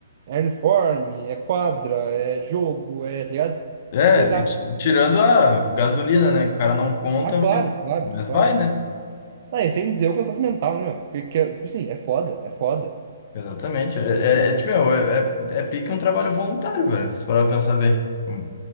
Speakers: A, on the right (about 50°); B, on the left (about 45°).
A: É uniforme, é quadra, é jogo, é, tá ligado?
B: É,
A: Legal.
B: e ti- tirando a gasolina, né? Que o cara não conta,
A: Ah, claro,
B: mas,
A: claro,
B: mas
A: claro.
B: vai, né?
A: Ah, e sem dizer o cansaço mental, né, meu? Porque, porque, tipo assim, é foda, é foda.
B: Exatamente. É, é, é, tipo, meu, é, é, é pique um trabalho voluntário, velho, se for pra pensar bem. Tipo,